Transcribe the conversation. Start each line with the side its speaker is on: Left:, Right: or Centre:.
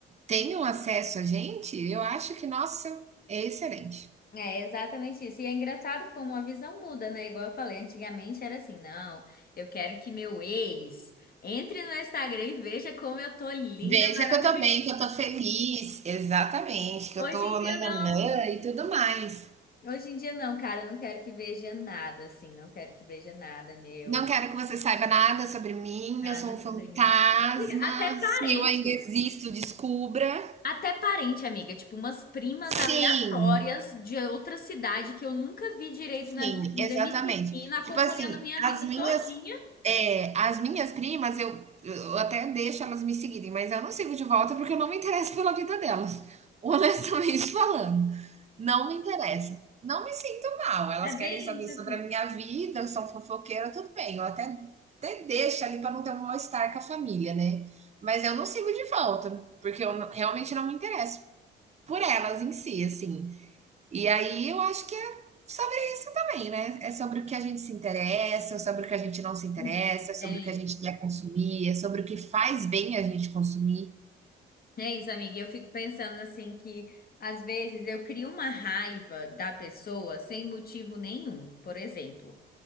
Right: tenham acesso a gente, eu acho que, nossa, é excelente.
Left: É exatamente isso. E é engraçado como a visão muda, né? Igual eu falei, antigamente era assim, não, eu quero que meu ex entre no Instagram e veja como eu tô linda.
Right: Veja
Left: mas
Right: que eu tô bem, que eu tô feliz, exatamente, que
Left: Hoje
Right: eu tô
Left: em dia
Right: nananã
Left: não.
Right: e tudo mais.
Left: Hoje em dia não, cara, eu não quero que veja nada, assim, não quero que veja nada meu,
Right: Não quero que você saiba nada sobre mim,
Left: nada
Right: eu sou um
Left: sobre
Right: fantasma.
Left: mim. Amiga, Até parente,
Right: Se eu ainda existo, descubra.
Left: até parente, amiga, tipo umas primas aleatórias
Right: Sim,
Left: de outra cidade que eu nunca vi direito na
Right: Sim,
Left: minha vida,
Right: exatamente.
Left: me seguindo, acompanhando
Right: Tipo assim,
Left: minha
Right: as
Left: vida
Right: minhas,
Left: todinha.
Right: eh, as minhas primas, eu eu até deixo elas me seguirem, mas eu não sigo de volta porque eu não me interesso pela vida delas, honestamente <laughs> falando. Não me interessa. Não me sinto mal. Elas
Left: É
Right: querem
Left: bem
Right: saber
Left: isso,
Right: sobre
Left: assim.
Right: a minha vida, são fofoqueiras, tudo bem. Eu até, até deixo ali para não ter um mal-estar com a família, né? Mas eu não sigo de volta, porque eu não- realmente não me interesso por elas em si, assim. E aí eu acho que é sobre isso também, né? É sobre o que a gente se interessa, é sobre o que a gente não se interessa,
Left: Hum.
Right: é sobre
Left: É
Right: o que a gente
Left: isso.
Right: quer consumir, é sobre o que faz bem a gente consumir.
Left: É isso, amiga. E Eu fico pensando assim que às vezes eu crio uma raiva da pessoa sem motivo nenhum. Por exemplo,